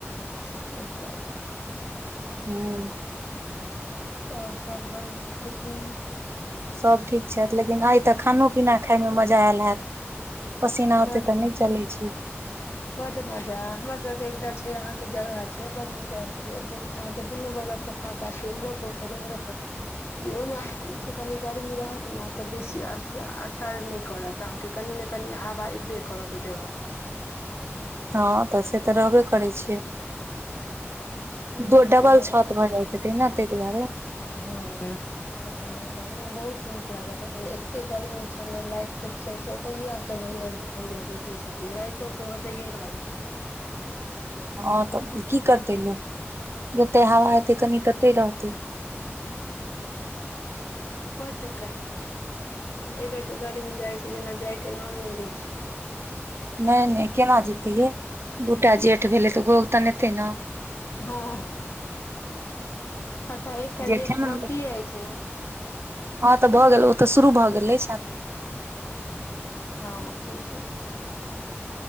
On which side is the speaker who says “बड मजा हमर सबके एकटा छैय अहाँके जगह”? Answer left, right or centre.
Left